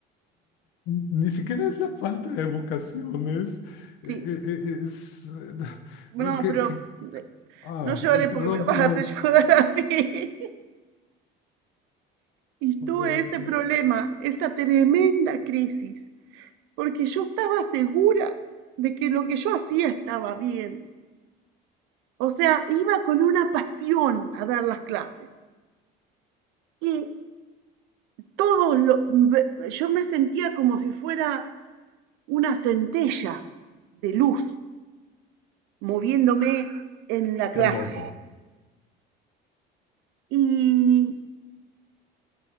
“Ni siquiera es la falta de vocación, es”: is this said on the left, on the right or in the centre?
Left